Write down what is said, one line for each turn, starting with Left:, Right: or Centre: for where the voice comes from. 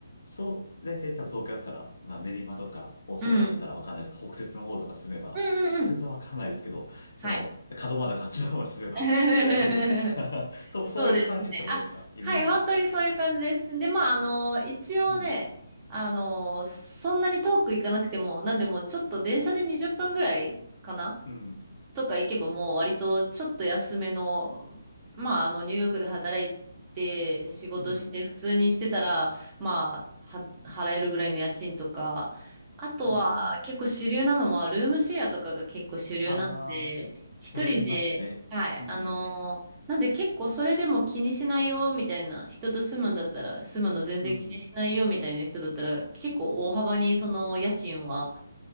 Left: そう、大体多分東京だったら、まあ練馬とか大阪だったらわかんないです。
Right: うん。
Left: 北摂の方とか住めば、
Right: うんうんうん。
Left: まあ北摂はわかんないですけど、その、
Right: はい。
Left: 門真とかあっちの方に住めば
Right: <laughs>
Left: <laughs> 安いじゃないですか。<laughs> そう、
Right: そうですね。
Left: そういう感じってことですかイメージ。
Right: あ、はい、本当にそういう感じです。で、まあ、あの、一応ね、
Left: うん。
Right: あの、そんなに遠く行かなくても、なんでもうちょっと電車で20分ぐらいかな
Left: うん。
Right: とか行けばもう割とちょっと安めの、まああのニューヨークで働いて仕事して普通にしてたら、
Left: うん。
Right: まあは払えるぐらいの家賃とか、あとは結構主流なのはルームシェアとかが結構主流なので、
Left: うん。ああ、
Right: 一人で、
Left: それ言いますね。
Right: はい、
Left: うん。
Right: あのーなんで結構それでも気にしないよみたいな人と住むんだったら、住むの全然気にしないよみたいな人だったら結構大幅にその家賃は
Left: うん。